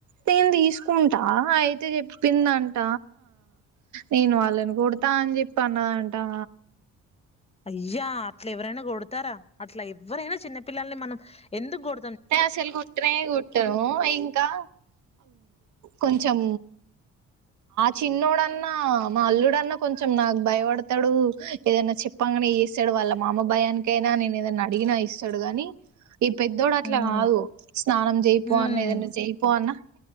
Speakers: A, on the right; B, on the left.
A: నేను తీసుకుంటా అయితే చెప్పిందంట నేను వాళ్ళని కొడతా అని చెప్పి అన్నదాట
B: అయ్యా అట్లా ఎవరైనా కొడుతారా అట్లా ఎవరైనా చిన్నపిల్లల్ని మనం ఎందుకు గడు
A: అసలు కొట్టనే కొట్టను ఇంకా కొంచెం చిన్నడన్నా మా అల్లుడన్నా కొంచెం నాకు భయపడతాడు ఏదైనా చెప్పాంగానే చేస్తాడు వాళ్ళ మామ భయానికైనా నేను ఏదైనా అడిగినా ఇస్తాడు గాని ఈ పెద్ద అట్లా
B: హ్మ్.
A: కాదు స్నానం చెయిపోవ
B: హ్మ్.
A: అన్న ఏదైనా చెయిపో అన్న